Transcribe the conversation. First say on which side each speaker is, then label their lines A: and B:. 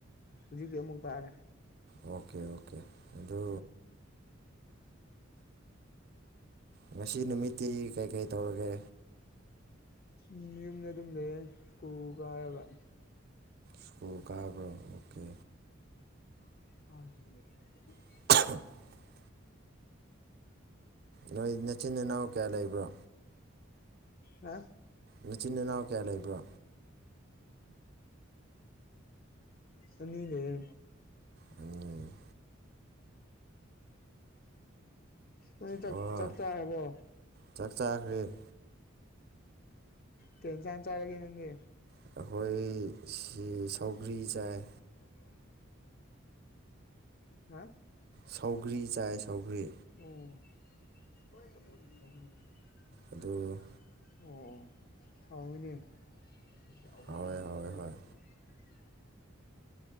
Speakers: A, on the left; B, on the right.
A: ꯍꯧꯖꯤꯛꯀꯤ ꯑꯃꯨꯛ ꯇꯥꯔꯦ
B: ꯑꯣꯀꯦ ꯑꯣꯀꯦ ꯑꯗꯨ ꯉꯁꯤ ꯅꯨꯃꯤꯠꯇꯤ ꯀꯩꯀꯩ ꯇꯧꯔꯒꯦ
A: ꯎꯝ ꯌꯨꯝꯗꯗꯨꯝ ꯂꯩꯇꯦ ꯁꯀꯨꯜ ꯀꯔꯒ
B: ꯁ꯭ꯀꯨꯜ ꯀꯥꯕ꯭ꯔꯣ ꯑꯣꯀꯦ
A: ꯑ
B: <inaudible> ꯅꯣꯏ ꯅꯆꯤꯟ ꯏꯅꯥꯎ ꯀꯌꯥ ꯂꯩꯕ꯭ꯔꯣ
A: ꯍꯥ
B: ꯃꯆꯤꯟ ꯏꯅꯥꯎ ꯀꯌꯥ ꯂꯩꯕ꯭ꯔꯣ
A: ꯑꯅꯤ ꯂꯩꯌꯦ
B: ꯑꯅꯤ
A: <unintelligible>
B: ꯑꯣ
A: ꯆꯥꯛ ꯆꯔꯕꯣ
B: ꯆꯥꯛ ꯆꯥꯈ꯭ꯔꯦ
A: ꯀꯩ ꯑꯦꯟꯁꯡ ꯆꯔꯒ ꯅꯥꯡꯗꯤ
B: ꯑꯩꯈꯣꯏ ꯁꯤ ꯁꯧꯒ꯭ꯔꯤ ꯆꯥꯏ
A: ꯑꯣ ꯍꯥ
B: ꯁꯧꯒ꯭ꯔꯤ ꯆꯥꯏ ꯁꯧꯒ꯭ꯔꯤ
A: ꯑꯣ <unintelligible> ꯑꯣ
B: ꯑꯗꯨ
A: ꯑꯣ ꯊꯥꯎꯏꯅꯦ
B: ꯍꯣꯏ
A: <unintelligible>
B: ꯍꯣꯏ ꯍꯣꯏ